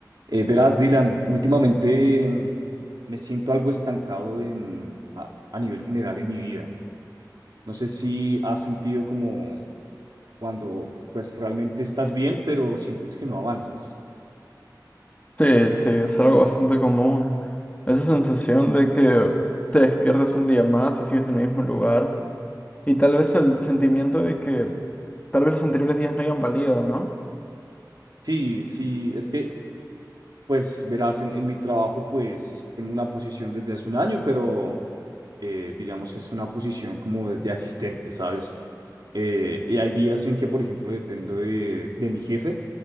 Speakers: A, on the right; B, on the left.
A: Eh, verás, Dylan, últimamente mm, me siento algo estancado en, a, a nivel general en mi vida. No sé si has sentido como cuando pues realmente estás bien, pero sientes que no avanzas.
B: Sí, sí, es algo bastante común. Esa sensación de que te despiertas un día más y sigues en el mismo lugar. Y tal vez el sentimiento de que tal vez los anteriores días no hayan valido, ¿no?
A: Sí, sí, es que pues verás, en, en mi trabajo pues tengo una posición desde hace un año, pero eh, digamos es una posición como de, de asistente, ¿sabes? Eh, y hay días en que, por ejemplo, dependo de, de mi jefe